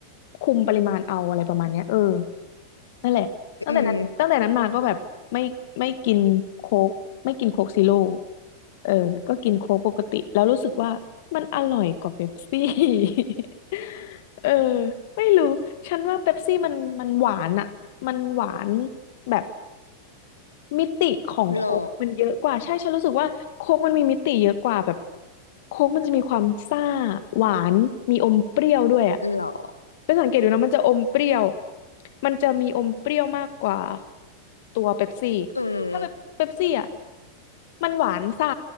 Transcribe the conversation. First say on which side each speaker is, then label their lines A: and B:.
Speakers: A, on the left (about 50°); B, on the left (about 75°).
A: คุมปริมาณเอาอะไรประมาณเนี้ยเออนั่นแหละตั้งแต่นั้นตั้งแต่นั้นมาก็แบบไม่ไม่กินโค้กไม่กินโค้กซีโร่
B: อืม
A: เออก็กินโค้กปกติแล้วรู้สึกว่ามันอร่อยกว่าเป๊ปซี่ <laughs> เออไม่รู้ฉันว่าเป๊ปซี่มันมันหวานอะมันหวานแบบ มิติของโค้กมันเยอะกว่าใช่ฉันรู้สึกว่าโค้กมันมีมิติเยอะกว่าแบบ
B: หรอ
A: โค้กมันจะมีความซ่าหวานมีอมเปรี้ยวด้วยอ่ะ
B: หรอ
A: เป็นสังเกตดูนะมันจะอมเปรี้ยวมันจะมีอมเปรี้ยวมากกว่าตัวเป๊ปซี่
B: อืม
A: ถ้าเป๊ปเป๊ปซี่อ่ะมันหวานซ่า